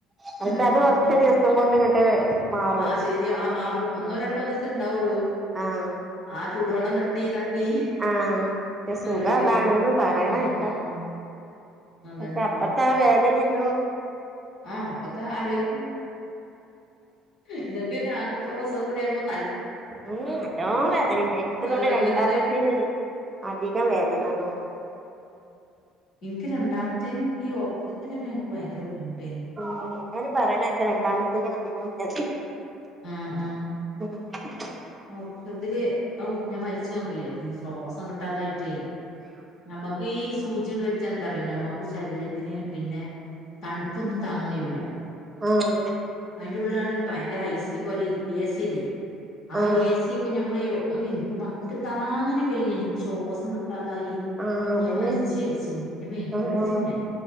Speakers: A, on the right; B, on the left.
A: പക്ഷെ
B: യെഹ്
A: അത് കൊറച്ച്
B: അ
A: ദിവസം കൊണ്ട് ഇങ്ങട്ട് മാറും
B: ആ ശരിയ മാറും
A: ഉം
B: ഒന്നോ രണ്ടോ ദിവസ ഇണ്ടാവോള്ളൂ
A: ആഹ്
B: ആ ചൂടുവെള്ളം തട്ടി തട്ടി
A: ആ സുഖ
B: റെഡിയാവും
A: അതാണ്ന്ന് പറണേക്ക.
B: ഉം ഉം അതന്നെ
A: പ അപ്പത്താ വേദനിം ന്തോ
B: ആ അപ്പത്തെ ആലോയിക്കും നിങ്ങൾക്ക് ന്നെ ആൺകുട്ട്യാളെ പ്രസവം കൂടിയായപ്പോ
A: ഉം ന്നല്ലോം വേദനണ്ടയ് എനിക്ക്
B: നല്ല
A: തോന്നാ രണ്ടാമത്തിനെയ്നു
B: വേദനേക്കാരം
A: അധികം വേദനന്ന് തോന്നും.
B: ഇന്ക്ക് രണ്ടാമത്തെന് നിക്ക് ഈ ഓപറേഷത്തിന് എനിക്ക് ഭയങ്കര ബുദ്ധിമുട്ട്.
A: ഉം എല്ലാരും പറയണേക്ക രണ്ടാമത്തിന് അധികം വേദന.
B: ആ ആ.
A: ഉം. <unintelligible>
B: മൊത്തത്തിൽ ഞാൻ മരിച്ചോ <unintelligible> സോസം കിട്ടാതായിട്ടേ നമ്മുക്ക് ഈ സൂജി <unintelligible> വെച്ചാ എന്താറിയോ നമ്മക്ക് ശരീരത്തിന് പിന്നെ തണുപ്പൊന്നും താങ്ങൻ കഴിയൂല.
A: ആആ.
B: അതിന്റെ ഉുള്ളാണെങ്കിൽ ഭയങ്കര ഐസ് പോലെ എ സി അല്ലേ ആ
A: ആഹ്
B: എ സി ഒക്കെ നമ്മൾ ഒ അ എനിക് <unintelligible> എനിക്ക് ശ്വാസം കിട്ട <unintelligible> കിട്ടാതായി
A: ആഹ്
B: ഒ
A: അതന്നെ
B: ഞാൻ മരിചേരിച്ചീനീ ന്റെമ്മേ
A: ആഹ്
B: പേടിച്ചിന്ന്
A: ആഹ്
B: ഞാൻ.